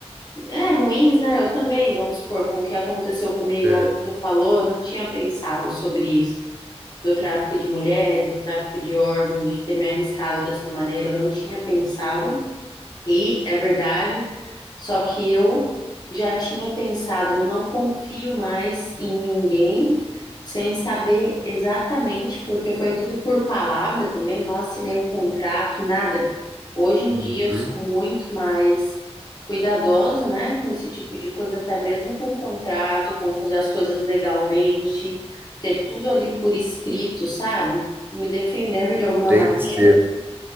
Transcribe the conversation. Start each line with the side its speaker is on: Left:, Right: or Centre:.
Left: é, ruins, né? Eu também, vamos supor, com o que aconteceu comigo,
Right: É.
Left: igual você falou, eu não tinha pensado sobre isso. Do tráfico de mulheres, do tráfico de órgãos, de ter me arriscado dessa maneira, eu não tinha pensado. E é verdade, só que eu já tinha pensado, eu não confio mais em ninguém sem saber exatamente, porque foi tudo por palavra também, não assinei o contrato, nada. Hoje em
Right: Uhum,
Left: dia eu sou muito mais cuidadosa, né, com esse tipo de coisa, até mesmo com o contrato, com fazer as coisas legalmente, ter tudo ali por escrito, sabe? Me defendendo de alguma
Right: Tem
Left: maneira.
Right: que ser.